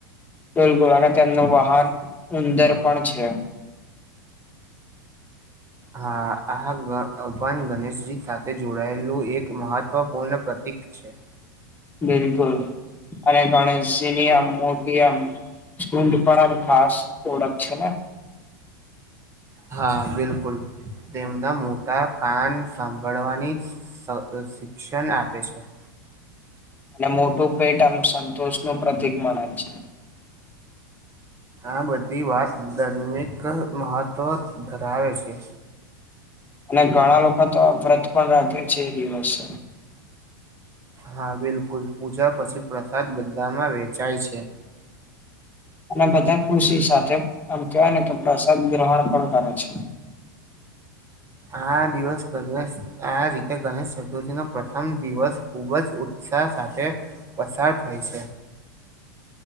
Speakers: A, on the left; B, on the right.
A: બિલકુલ અને તેમનું વાહન ઉંદર પણ છે
B: હા આપાન ગણેશજી સાથે જોડાયેલું એક મહત્વપૂર્ણ પ્રતિક છે.
A: બિલકુલ અને ગણેશજીની આમ મોટી આમ સૂંઢ પણ આમ ખાસ ઓળખ છે
B: હા બિલકુલ તેમના મોટા કાન સાંભળવાની સ શિક્ષણ આપે છે.
A: અને મોટું પેટ આમ સંતોષ નું પ્રતિક મણાય છે.
B: આ બધી વાત ધર્મિક મહત્ત્વ ધરાવે છે.
A: અને ઘણા લોકો તો આ વ્રત પણ રાખે છે એ દિવસે.
B: હા બિલકુલ પૂજા પછી પ્રસાદ બધામાં વેચાય છે.
A: અને બધા ખુશી સાથે આમ કેવાય ને કે પ્રસાદ ગ્રહણ પણ કરે છે.
B: આ દિવસ <unintelligible> આ રીતે ગણેશ ચતુર્થીનો પ્રથમ દિવસ ખૂબ જ ઉત્સાહ સાથે પસાર થાય છે..